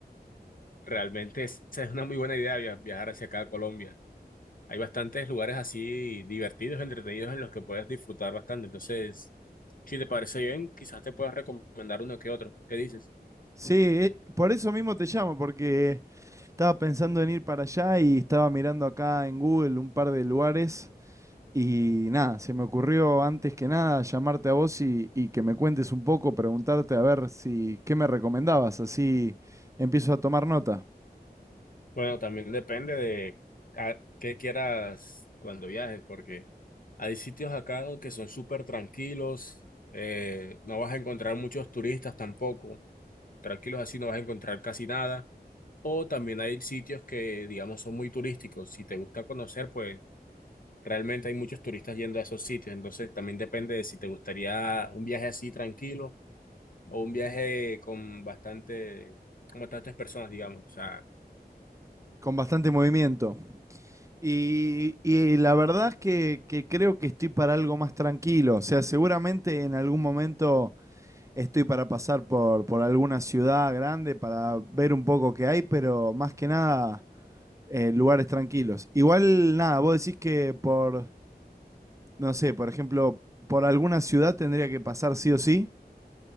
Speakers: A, on the left; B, on the right.
A: realmente esa es una muy buena idea via- viajar hacia acá a Colombia. Hay bastantes lugares así divertidos, entretenidos en los que puedes disfrutar bastante. Entonces, si te parece bien, quizás te puedas recomendar uno que otro. ¿Qué dices?
B: Sí, eh, por eso mismo te llamo, porque estaba pensando en ir para allá y estaba mirando acá en Google un par de lugares. Y nada, se me ocurrió antes que nada llamarte a vos y, y que me cuentes un poco, preguntarte a ver si qué me recomendabas, así empiezo a tomar nota,
A: Bueno, también depende de a qué quieras cuando viajes, porque hay sitios acá que son súper tranquilos, eh, no vas a encontrar muchos turistas tampoco. Tranquilos así no vas a encontrar casi nada. O también hay sitios que, digamos, son muy turísticos. Si te gusta conocer, pues realmente hay muchos turistas yendo a esos sitios. Entonces también depende de si te gustaría un viaje así tranquilo o un viaje con bastante, con bastantes personas, digamos. O sea,
B: con bastante movimiento. Y, y la verdad es que, que creo que estoy para algo más tranquilo, o sea, seguramente en algún momento estoy para pasar por, por alguna ciudad grande para ver un poco qué hay, pero más que nada eh, lugares tranquilos. Igual nada, vos decís que por no sé, por ejemplo, por alguna ciudad tendría que pasar sí o sí.